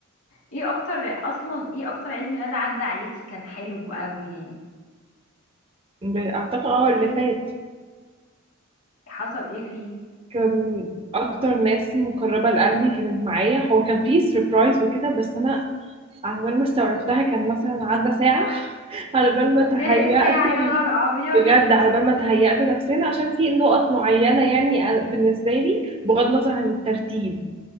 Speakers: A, on the left (about 80°); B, on the right (about 25°).
A: ايه اكتر اصلا ايه اكتر عيد ميلاد عدى عليكي كان حلو قوي يعني
B: ب- أعتقد اه اللي فات
A: حصل ايه فيه
B: كان أكتر ناس مقربة لقلبي كانت معايا هو كان فيه سربرايز وكده بس أنا على بال ما استوعبتها كان مثلا عدى ساعة <laughs> على بال
A: اوكي
B: ما تهيأت
A: الساعة يا نهار ابيض
B: بجد على بال ما تهيأت نفسنا عشان في نقط معينة يعني أنا- بالنسبة لي بغض النظر عن الترتيب